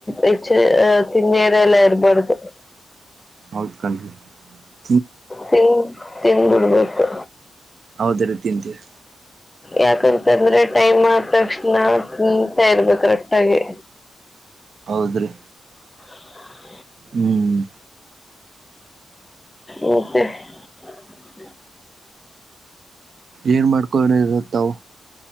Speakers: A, on the left (about 20°); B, on the right (about 70°).
A: ಹೆಚ್ಚ ತಿನ್ಯರೆ ಎಲ್ಲ <unintelligible>
B: ಹೌದುಕನ್ರಿ
A: ತಿನ್ ತಿನ್ಬಿಡಬೇಕು
B: ಅದರ ತಿಂತೀವಿ
A: ಯಾಕಂತ ಅಂದ್ರೆ ಟೈಮ್ ಆದ ತಕ್ಷಣ ತಿಂತಾ ಇರ್ಬೇಕ್ ಕರೆಕ್ಟ್ ಹಾಗೆ
B: ಹೌದ್ರೀ
A: <inaudible>
B: ಹ್ಮ್
A: ಮತ್ತೆ <unintelligible> <inaudible>
B: ಏನ್ ಮಾಡ್ಕೊಳಣ ಇರುತ್ತಾವು